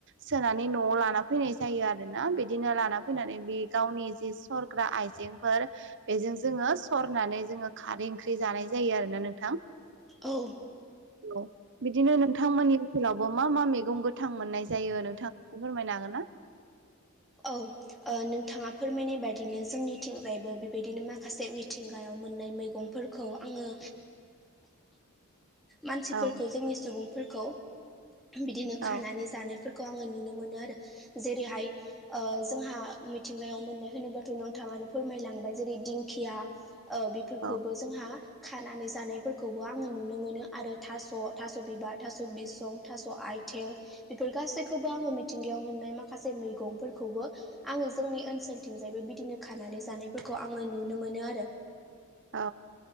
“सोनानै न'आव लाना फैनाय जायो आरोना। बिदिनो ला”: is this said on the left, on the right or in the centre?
Right